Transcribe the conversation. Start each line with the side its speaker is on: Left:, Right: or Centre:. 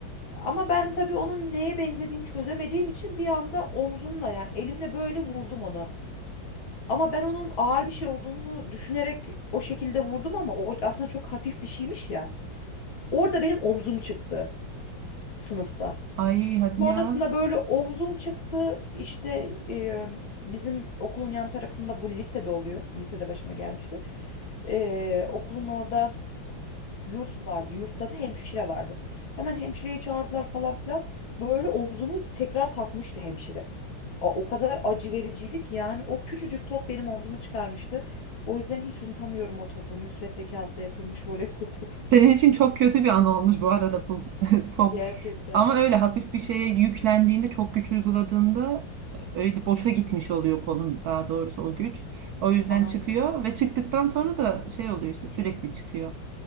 Left: Ama ben tabii onun neye benzediğini çözemediğim için bir anda omzumla yani elimle böyle vurdum ona. Ama ben onun ağır bir şey olduğunu düşünerek o şekilde vurdum ama o aslında çok hafif bir şeymiş ya. Orada benim omzum çıktı sınıfta.
Right: Ay hadi
Left: Sonrasında
Right: ya.
Left: böyle omzum çıktı. İşte e, bizim okulun yan tarafında bu lisede oluyor. Lisede başıma gelmişti. E, okulun orada yurt vardı. Yurtta da hemşire vardı. Hemen hemşireyi çağırdılar falan filan. Böyle omzumu tekrar takmıştı hemşire. A- O kadar acı vericiydi ki yani o küçücük top benim omzumu çıkarmıştı. O yüzden hiç unutamıyorum o topu. Müsvedde kağıtla yapılmış voleybol topunu.
Right: Senin için çok kötü bir an olmuş bu arada bu <laughs> top.
Left: <laughs> Gerçekten.
Right: Ama öyle hafif bir şeye yüklendiğinde çok güç uyguladığında e, öyle boşa gitmiş oluyor kolun daha doğrusu o güç. O yüzden
Left: Aynen.
Right: çıkıyor ve çıktıktan sonra da şey oluyor işte sürekli çıkıyor.